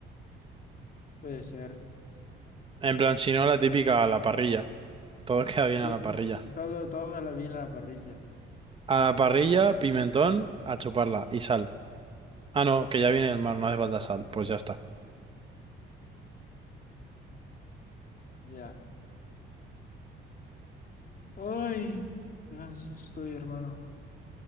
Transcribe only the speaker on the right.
En plan, si no, la típica a la parrilla. Todo <laughs> queda bien
a la parrilla.
A la parrilla, pimentón, a chuparla y sal. Ah, no, que ya viene el mar, no hace falta sal. Pues ya está.